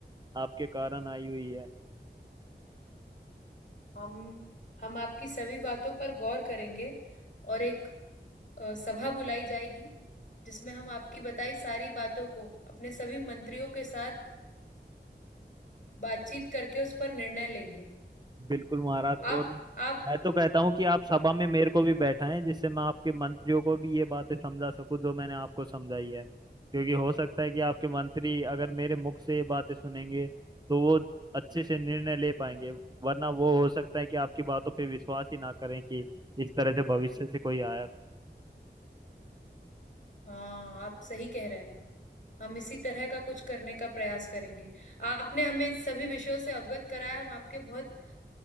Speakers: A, on the right; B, on the left.
A: आपके कारण आई हुई है
B: हम हम आपकी सभी बातों पर गौर करेंगे और एक अ, सभा बुलाई जाएगी जिसमें हम आपकी बताई सारी बातों को अपने सभी मंत्रियों के साथ बातचीत करके उस पर निर्णय लेंगे
A: बिल्कुल महाराज
B: आप
A: और
B: आप
A: मैं तो कहता हूँ कि आप सभा में मेरे को भी बैठाएं जिससे मैं आपके मंत्रियों को भी ये बातें समझा सकूं जो मैंने आपको समझाई है क्योंकि हो सकता है कि आपके मंत्री अगर मेरे मुख से ये बातें सुनेंगे तो वो अच्छे से निर्णय ले पाएंगे वरना वो हो सकता है कि आपकी बातों पे विश्वास ही ना करें कि इस तरह से भविष्य से कोई आया
B: हाँ आप सही कह रहे हैं हम इसी तरह का कुछ करने का प्रयास करेंगे आपने हमें इन सभी विषयों से अवगत कराया हम आपके बहुत